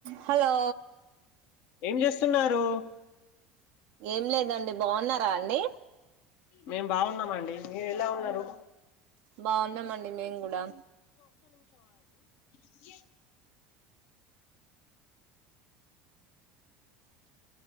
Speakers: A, on the right; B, on the left.
A: Hello
B: ఏం చేస్తున్నారు
A: ఏం లేదండి బాగున్నారా అండి
B: మేం బాగున్నామండి మీరు ఎలా ఉన్నారు
A: బాగున్నామండి మేం కూడా
B: <inaudible> <unintelligible> <inaudible>